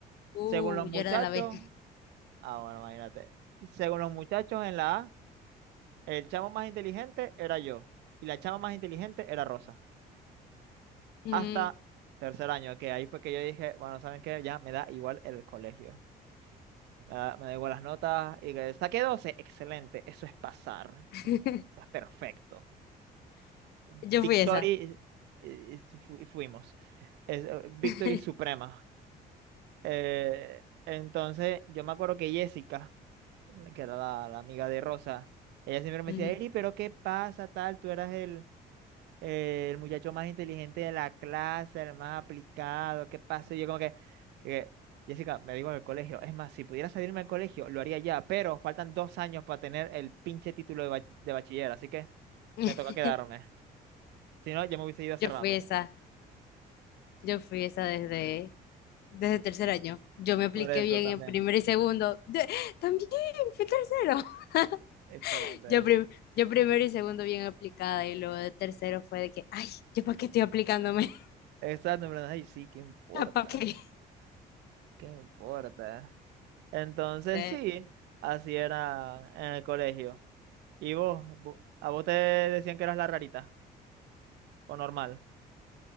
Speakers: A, on the left (about 70°); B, on the right (about 80°).
A: uh,
B: según los muchachos,
A: yo era de la B.
B: Ah, bueno, imagínate. Según los muchachos en la A, el chamo más inteligente era yo y la chama más inteligente era Rosa.
A: Mm.
B: Hasta tercer año, que ahí fue que yo dije, bueno, ¿saben qué? Ya me da igual el colegio. Me da, me da igual las notas y que saqué 12, excelente, eso es pasar,
A: <laughs>
B: eso es, es perfecto.
A: Yo
B: Victory,
A: fui esa.
B: eh, fu- fuimos. Es, eh, Victory
A: <laughs>
B: suprema. Eh, entonces, yo me acuerdo que Jessica la- que era la, la amiga de Rosa. Ella siempre me
A: Ujú.
B: decía, Eri, pero ¿qué pasa, tal? Tú eras el, eh, el muchacho más inteligente de la clase, el más aplicado, ¿qué pasa? Y yo como que, que, Jessica, me digo en el colegio, es más, si pudiera salirme del colegio, lo haría ya, pero faltan dos años para tener el pinche título de, bach- de bachiller, así que
A: <laughs>
B: me toca quedarme. Si no, ya me hubiese ido hace
A: Yo
B: rato.
A: fui esa. Yo fui esa desde, desde tercer año. Yo me apliqué
B: Por eso
A: bien
B: también.
A: en primero y segundo. De- también fui tercero. <laughs>
B: Excelente.
A: Yo, prim- yo primero y segundo bien aplicada y luego de tercero fue de que, ay, ¿yo para qué estoy aplicándome?
B: Exacto, en verdad, ay, sí, ¿qué importa?
A: <laughs> ¿Para qué?
B: ¿Qué importa? Entonces
A: Sí.
B: sí, así era en el colegio. ¿Y vos? ¿Vo- ¿A vos te decían que eras la rarita o normal?